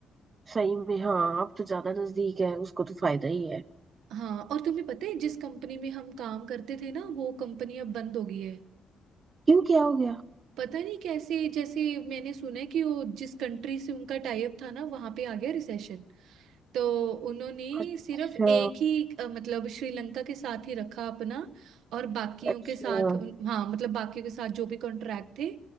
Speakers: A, on the right; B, on the right.
A: सही में हाँ अब तो ज्यादा नजदीक है उसको तो फायदा ही है
B: हाँ और तुम्हें पता है जिस कंपनी में हम काम करते थे ना वो कंपनी अब बंद हो गई है
A: क्यों क्या हो गया
B: पता नहीं कैसे जैसे मैंने सुना है कि वो जिस कंट्री से उनका टाई अप था ना वहां पे आ गया रिसेशन तो उन्होंने
A: अच्छा
B: सिर्फ एक ही अ, मतलब श्रीलंका के साथ ही रखा अपना और बाकियों
A: अच्छा
B: के साथ उन, हाँ मतलब बाकियों के साथ जो भी कॉन्ट्रैक्ट थे